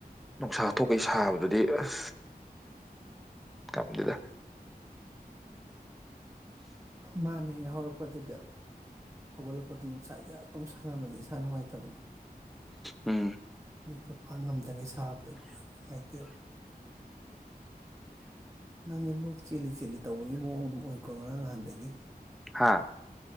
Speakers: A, in the centre; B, on the right.
A: ꯅꯨꯡꯁꯥ ꯊꯣꯛꯀꯩ ꯁꯥꯕ- ꯗꯨꯗꯤ ꯑꯁ <unintelligible>
B: ꯃꯥꯅꯦ ꯌꯥꯍꯧꯔꯛꯄꯗꯨꯗ ꯍꯧꯒꯠꯂꯛꯄꯗꯨꯅ ꯅꯨꯡꯁꯥ ꯌꯛ ꯂꯥꯎ ꯁꯥꯟꯔꯝꯃꯗꯤ ꯏꯁꯥ ꯅꯨꯡꯉꯥꯏꯇꯕꯅꯦ
A: ꯎꯝ
B: ꯃꯤꯠꯀ ꯄꯥꯡ ꯉꯝꯗꯉꯩ ꯁꯥꯕꯗꯣ ꯑꯗꯨ ꯌꯥꯝ ꯅꯨꯡꯉꯥꯏꯇꯦꯕ ꯅꯪꯁꯦ ꯂꯣꯛ ꯆꯦꯜꯂꯤ ꯆꯦꯜꯂꯤ ꯇꯧꯕꯒꯤ ꯃꯑꯣꯡ ꯑꯗꯨꯝ ꯑꯣꯏꯀꯣ ꯉꯔꯥꯡ ꯅꯍꯥꯟꯗꯒꯤ
A: ꯍꯥꯥ